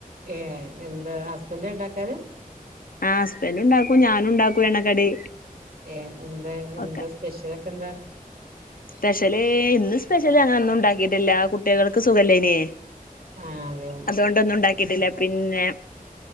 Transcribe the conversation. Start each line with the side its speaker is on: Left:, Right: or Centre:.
Right: ഏഹ് എന്താ ഹസ്ബന്റ് ഉണ്ടാക്കാര്
Left: ആഹ് ഹസ്ബൻറ് ഉണ്ടാക്കും ഞാനു ഉണ്ടാക്കും എണ്ണക്കടി
Right: ഏഹ് എന്താ എന്താ
Left: ഒക്കെ
Right: സ്പെഷ്യലൊക്കെ എന്താ
Left: സ്പെഷ്യല് ഇന്ന് സ്പെഷ്യല് അങ്ങനെന്നും ഉണ്ടാക്കിട്ടില്ല കുട്ടികൾക്ക് സുഗലേനിയേ
Right: ആഹ് അതെയോ
Left: അതുകൊണ്ടൊന്നും ഉണ്ടാക്കിട്ടില്ല പിന്നെ